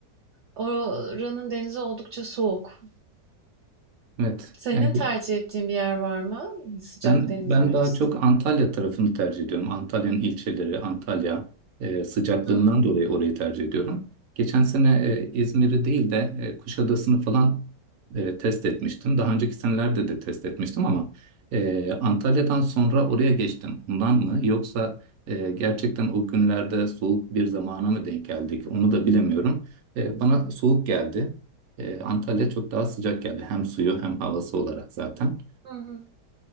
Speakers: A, on the right; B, on the right.
A: Oranın denizi oldukça soğuk.
B: Evet.
A: Senin
B: Yani
A: tercih ettiğin bir yer var mı? Sıcak
B: Ben
A: denizler
B: ben
A: açısından.
B: daha çok Antalya tarafını tercih ediyorum. Antalya'nın ilçeleri, Antalya e, sıcaklığından
A: Hı,
B: dolayı orayı tercih ediyorum. Geçen sene e, İzmir'i değil de e, Kuşadası'nı falan e, test etmiştim. Daha önceki senelerde de test etmiştim ama e, Antalya'dan sonra oraya geçtim. Ondan mı? Yoksa e, gerçekten o günlerde soğuk bir zamana mı denk geldik? Onu da bilemiyorum. E, bana soğuk geldi. E, Antalya çok daha sıcak geldi. Hem suyu hem havası olarak zaten.
A: hı, hı.